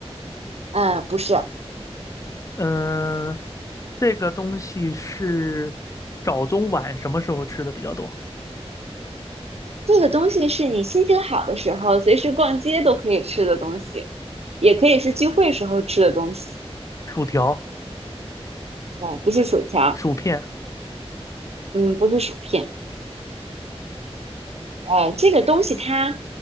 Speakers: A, on the right; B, on the left.
A: 呃，不是，
B: 嗯、这个东西是早中晚什么时候吃的比较多？
A: 这个东西是你心情好的时候，随时逛街都可以吃的东西，也可以是聚会时候吃的东西。
B: 薯条、
A: 啊，不是薯条，
B: 薯片、
A: 嗯，不是薯片。呃，这个东西它